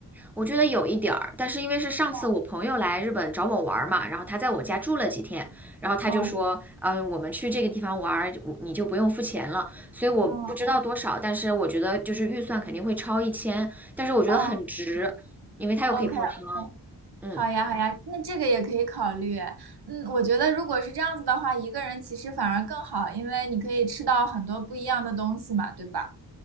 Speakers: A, in the centre; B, on the right.
A: 我觉得有一点儿，但是因为是上次我朋友来日本找我玩儿嘛，
B: 哦
A: 然后他在我家住了几天，然后他就说，
B: 哦
A: 嗯，我们去这个地方玩儿，你就不用付钱了，所以我不知道多少，
B: 哦
A: 但是我觉得就是预算肯定会超一千，但是我觉得很值，
B: 哦
A: 因为它又可以泡汤，
B: o k OK，
A: 嗯。
B: 好呀好呀，那这个也可以考虑。嗯，我觉得如果是这样子的话，一个人其实反而更好，因为你可以吃到很多不一样的东西嘛，对吧？